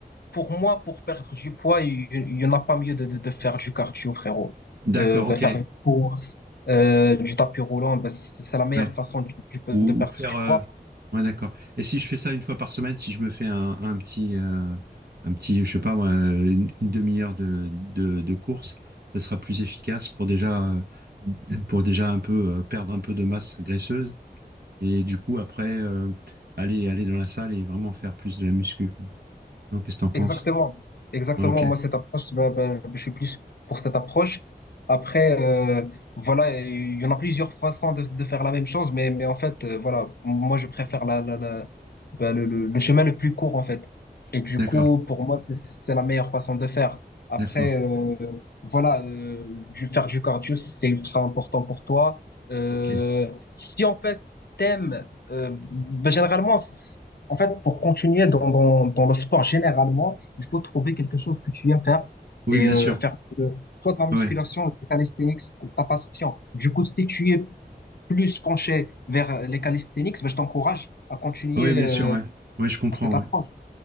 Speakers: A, on the left; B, on the right.
A: pour moi, pour perdre du poids, il n'y en a pas mieux de, de, de faire du cardio, frérot.
B: D'accord.
A: Euh, ben,
B: Ok.
A: faire une course, euh, du tapis roulant, ben, c'est c'est la meilleure
B: Ouais.
A: façon du- du-
B: Ou,
A: de perdre
B: ou faire.
A: du
B: euh,
A: poids.
B: Ouais, d'accord. Et si je fais ça une fois par semaine, si je me fais un, un petit, euh, un petit, je sais pas, moi, une, une demi-heure de, de, de course, ça sera plus efficace pour déjà, euh, pour déjà un peu euh, perdre un peu de masse graisseuse et du coup après euh, aller aller dans la salle et vraiment faire plus de la muscu, quoi. Donc, qu'est-ce que t'en penses?
A: Exactement, exactement.
B: Ouais, ok.
A: Moi, cette approche, ben, ben, je suis plus pour cette approche. Après, euh, voilà, il y en a plusieurs façons de, de faire la même chose, mais, mais en fait, euh, voilà, moi, je préfère la, la, la- ben, le, le- le chemin le plus court, en fait. Et du
B: D'accord.
A: coup, pour moi, c'est c'est la meilleure façon de faire. Après,
B: D'accord.
A: euh, voilà, euh, du- faire du cardio, c'est ultra important pour toi. Euh,
B: Ok.
A: si en fait, t'aimes, euh, ben, généralement, en fait, pour continuer dans, dans, dans le sport généralement, il faut trouver quelque chose que tu aimes faire
B: Oui,
A: et
B: bien
A: euh,
B: sûr.
A: faire euh, soit de la musculation,
B: Ouais.
A: des calisthenics, ta passion. Du coup, si tu es plus penché vers euh, les calisthenics, ben, je t'encourage à continuer
B: Oui, bien
A: euh,
B: sûr. Ouais. Oui, je comprends.
A: par cette approche.
B: ouais.